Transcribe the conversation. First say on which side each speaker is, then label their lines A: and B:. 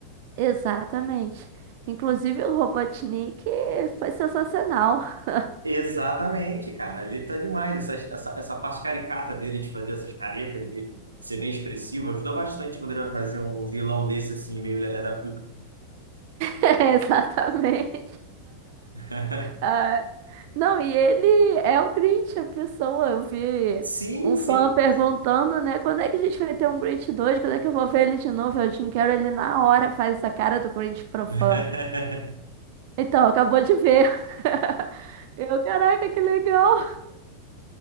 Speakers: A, on the right; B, on the right.
A: exatamente. Inclusive o Robotnik foi sensacional. <laughs>
B: Exatamente, cara. Ele tá demais. Essa, essa, essa parte caricata dele de fazer essas caretas, de ser bem expressivo, ajuda bastante quando ele vai fazer um vilão desse, assim, meio lelé da cuca.
A: É, Exatamente.
B: <laughs>
A: Ah, não, e ele é o Grinch, a pessoa. Eu vi
B: Sim,
A: um
B: sim.
A: fã perguntando, né? Quando é que a gente vai ter um Grinch 2? Quando é que eu vou ver ele de novo? Eu Jim Carrey, ele na hora faz essa cara do Grinch pro
B: <laughs>
A: fã. Então, acabou de ver. <laughs> Eu, caraca, que legal.